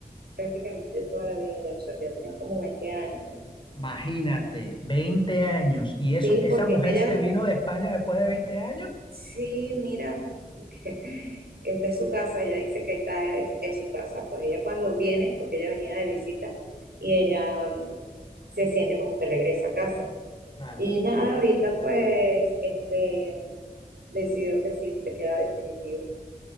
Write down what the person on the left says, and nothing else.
Imagínate, 20 años. ¿Y eso
que esa
mujer
se vino de España después de 20 años?
Claro.